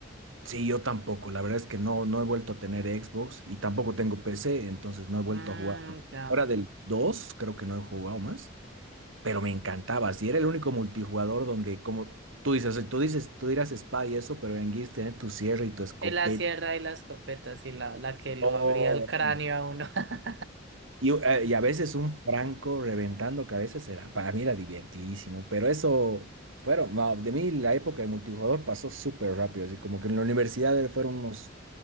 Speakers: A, on the right; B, on the right.
A: Sí, yo tampoco. La verdad es que no, no he vuelto a tener Xbox y tampoco tengo PC, entonces no he vuelto
B: Mmm,
A: a jugar.
B: ya.
A: Ahora del 2 creo que no he jugado más, pero me encantaba. Si era el único multijugador donde, como tú dices, tú dices, tú dirás espada y eso, pero en Gears tenés tu sierra y tu escopeta.
B: Es la sierra y la escopeta, sí, la, la que lo
A: Oh,
B: abría el
A: era-
B: cráneo a uno. <laughs>
A: Y, eh, y a veces un franco reventando cabezas era, para mí era divertidísimo, pero eso fueron, no, de mí la época de multijugador pasó súper rápido, así como que en la universidad fueron unos